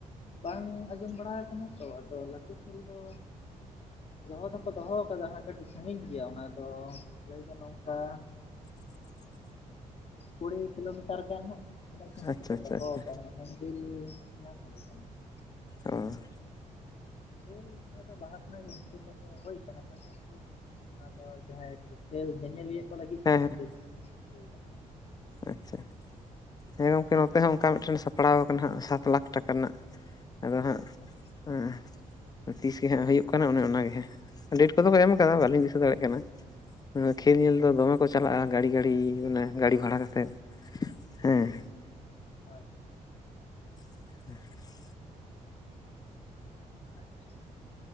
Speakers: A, on the left; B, on the left.
A: ᱵᱟᱝ ᱟᱸᱡᱚᱢ ᱵᱟᱲᱟ ᱠᱟᱱᱟ ᱛᱚ ᱟᱫᱚ ᱞᱟᱹᱴᱩ ᱠᱷᱮᱞ ᱫᱚ, ᱫᱚᱦᱚ ᱫᱚᱠᱚ ᱫᱚᱦᱚ ᱠᱟᱫᱟ ᱦᱟᱸᱜ ᱠᱟᱹᱴᱤᱡ ᱥᱟᱺᱜᱤᱧ ᱜᱮᱭᱟ ᱚᱱᱟ ᱫᱚ ᱞᱟᱹᱭ ᱜᱟᱱᱚᱜ ᱟ ᱱᱚᱝᱠᱟ
B: <inaudible>
A: ᱠᱩᱲᱤ ᱠᱤᱞᱳᱢᱤᱴ ᱴᱟᱨ ᱠᱟᱱ ᱦᱟᱸᱜ ᱩᱱᱟᱹᱜ ᱥᱟᱺᱜᱤᱧ
B: ᱟᱪᱪᱷᱟ
A: ᱨᱮᱠᱚ
B: ᱟᱪᱪᱷᱟ
A: ᱫᱚᱦᱚ
B: ᱟᱪᱪᱷᱟ
A: ᱟᱠᱟᱜᱼᱟ ᱦᱮᱱᱵᱤᱞ ᱧᱟᱢ ᱦᱩᱭ ᱠᱟᱱᱟ ᱾
B: ᱚᱸ,
A: ᱠᱷᱮᱞ ᱚᱱᱟ ᱫᱚ ᱞᱟᱦᱟ ᱠᱷᱚᱱᱟᱜ ᱜᱮ ᱮᱱᱴᱨᱤ ᱠᱚᱫᱚ ᱦᱩᱭ ᱠᱟᱱᱟ ᱠᱷᱟᱹᱞᱤ ᱟᱨᱠᱤ, ᱚᱱᱟ ᱫᱚ ᱡᱟᱦᱟᱸ ᱠᱷᱮᱞ ᱧᱮᱧᱮᱞᱤᱭᱟᱹ ᱠᱚ ᱞᱟᱹᱜᱤᱫ
B: ᱦᱮᱸ
A: ᱥᱟᱸᱫᱮᱥ
B: ᱦᱮᱸ
A: ᱞᱟᱹᱭ ᱜᱟᱱᱚᱜᱼᱟ᱾ ᱦᱳᱭ
B: ᱟᱪᱪᱷᱟ, ᱦᱮᱸ ᱜᱚᱝᱠᱮ ᱱᱚᱛᱮ ᱦᱚᱸ ᱚᱱᱠᱟ ᱢᱤᱫᱴᱮᱱ ᱥᱟᱯᱲᱟᱣ ᱠᱟᱱᱟ ᱦᱟᱸᱜ ᱥᱟᱛ ᱞᱟᱠᱷ ᱴᱟᱠᱟ ᱠᱟ ᱨᱮᱱᱟᱜ ᱟᱫᱚ ᱦᱟᱸᱜ᱾
A: ᱟᱪᱪᱷᱟ,
B: ᱦᱮᱸ, ᱛᱤᱥ ᱜᱮ ᱦᱟᱸᱜ ᱦᱩᱭᱩᱜ ᱠᱟᱱᱟ ᱚᱱᱮ ᱚᱱᱟᱜᱮ ᱦᱟᱸᱜ ᱰᱮᱴᱼᱼ ᱠᱚ ᱫᱚ ᱠᱚ ᱮᱢ ᱠᱟᱫᱟ ᱵᱟᱹᱞᱤᱧ ᱫᱤᱥᱟᱹ ᱫᱟᱲᱮᱭᱟᱜ ᱠᱟᱱᱟ ᱠᱷᱮᱞ
A: ᱟᱪᱪᱷᱟ
B: ᱧᱮᱞ
A: ᱟᱪᱪᱷᱟ
B: ᱫᱚ ᱫᱚᱢᱮ ᱠᱚ ᱪᱟᱞᱟᱜᱼᱟ ᱜᱟᱹᱟᱹᱲᱤ ᱜᱟᱹᱲᱤ ᱚᱱᱮ ᱜᱟᱹᱰᱤ ᱵᱷᱟᱲᱟ ᱠᱟᱛᱮᱫ ᱦᱮᱸ,
A: ᱟᱪᱪᱷᱟ ᱦᱳᱭ᱾
B: <inaudible>
A: ᱟᱪᱪᱷᱟ,